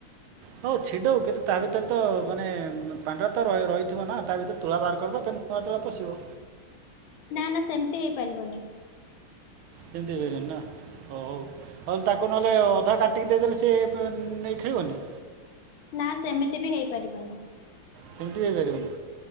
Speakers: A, on the right; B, on the left.
A: ହଉ ଛିଡ଼ଉ କିନ୍ତୁ ତା ଭିତରେ ତ ମାନେ ପାଣ୍ଡରୋ ତ ରହିଥିବ ନା ତା ଭିତରେ ତୁଳା ବାହାର କରିଦ ନୂଆ ତୁଳା ପଶିବ।
B: ନା ନା ସେମିତି ହେଇପାରିବନି।
A: ସେମିତି ହେରିନ ନା ହଉ ହଉ ହେଉ ତାକୁ ନହେଲେ ଅଧା କାଟଟିକି ଦେଇଦେଲେ ସିଏ ନେଇ ଖେଳିବନି?
B: ନା ସେମିତି ବି ହେଇପାରିବନି।
A: ସେମିତି ହେଇପାରିବନି?